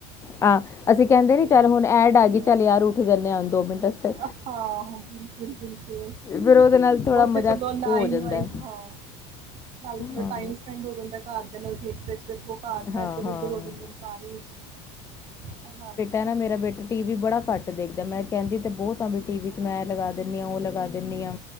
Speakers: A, on the left; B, on the right.
A: ਹਾਂ, ਅਸੀਂ ਕਹਿੰਦੇ
B: ਮੇਰੇ
A: ਨੀ ਚੱਲ
B: ਨਾਲ ਵੀ
A: ਹੁਣ
B: ਇੱਦਾਂ
A: ਐਡ
B: ਹੀ
A: ਆ
B: ਹੁੰਦਾ
A: ਗਈ ਚੱਲ
B: ਹੈ
A: ਯਾਰ ਉੱਠ ਜਾਂਦੇ ਆ ਦੋ ਮਿੰਟ ਵਾਸਤੇ।
B: ਹਾਂ, ਹਾ ਬਿਲਕੁਲ-ਬਿਲਕੁਲ।
A: ਫੇਰ ਉਹਦੇ ਨਾਲ ਥੋੜ੍ਹਾ
B: ਉੱਥੇ
A: ਮਜ਼ਾ
B: ਚਲੋ ਲਾਈਨ
A: ਉਹ ਹੋ ਜਾਂਦਾ।
B: ਵਾਈਜ਼
A: ਹੈ।
B: ਹਾਂ। ਨਾਲੇ ਥੋੜਾ
A: ਹਾਂ,
B: ਟਾਈਮ ਸਪੈਂਡ ਹੋ ਜਾਂਦਾ ਘਰ ਦੇ ਨਾਲ ਥੀਏਟਰ ਵਿੱਚ ਵੇਖੋ ਪਾਰਟ
A: ਹਾਂ,
B: ਹੈ ਇਧਰ-ਉਧਰ
A: ਹਾਂ।
B: ਹੋ ਜਾਓ ਇਨਸਾਨ ਵਿੱਚ-ਵਿੱਚ, ਹਾਂਜੀ।
A: ਹੈਨਾ ਮੇਰਾ ਬੇ ਟੀ ਵੀ ਬੜਾ ਘੱਟ ਦੇਖਦਾ ਮੈਂ ਕੈਂਦੀ ਤੇ ਬਹੁਤ ਆ ਵੀ ਟੀ 'ਚ ਮੈਂ ਲਗਾ ਦਿੰਦੀ ਆ ਉਹ ਲਗਾ ਦਿੰਦੀ ਆ।